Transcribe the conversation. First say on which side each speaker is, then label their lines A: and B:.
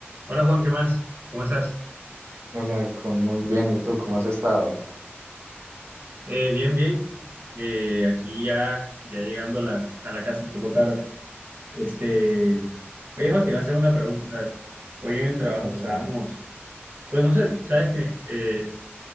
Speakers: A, on the right; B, on the right.
A: Hola Juan, ¿qué más? ¿Cómo estás?
B: Hola, co- muy bien. ¿Y tú cómo has estado?
A: Eh, bien, bien. Eh, aquí ya, ya llegando a la, a la casa un poco tarde. Este, oye Juan, te iba a hacer una pregunta, ¿sabes? Hoy en el trabajo
B: Dime.
A: estábamos,
B: <laughs>
A: pues no sé, ¿sabes que